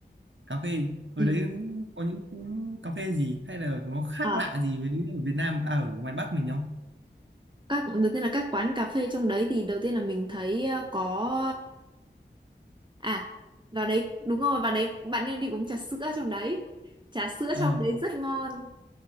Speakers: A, on the right (about 85°); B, on the right (about 25°).
A: cà phê ở
B: ừ.
A: đấy có những cà phê gì hay là nó khác
B: Ờ,
A: lạ gì với ở Việt Nam à, ở ngoài Bắc mình không
B: các đầu tiên là các quán cà phê trong đấy thì đầu tiên là mình thấy ờ, có À, vào đấy đúng rồi, vào đấy bạn nên đi uống trà sữa trong đấy. Trà sữa
A: Ờ.
B: trong đấy rất ngon,